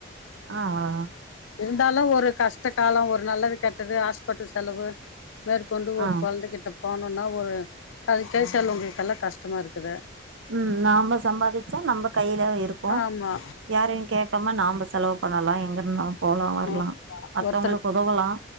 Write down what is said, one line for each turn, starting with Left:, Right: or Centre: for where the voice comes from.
Right: ஆ ஆ
Left: இருந்தாலும் ஒரு கஷ்ட காலோ ஒரு நல்லது கெட்டது ஹாஸ்பிட்டல் செலவு மேற்கொண்டு ஒரு
Right: ஆ.
Left: வந்துகிட்ட போனும்னா ஒரு க கேசால் உங்கக்கெல்லாம் கஷ்டமா இருக்குது
Right: உம் நாம சம்பாதிச்சா நம்ம கையில இருக்கூ
Left: ஆமா
Right: யாரையும் கேக்காம நாம செலவு பண்ணலாம் எங்க இருந்தாலு போலாம் வரலாம்
Left: ஆ
Right: மத்தவங்களுக்கு
Left: ஒருத்தருக்கு
Right: உதவலாம்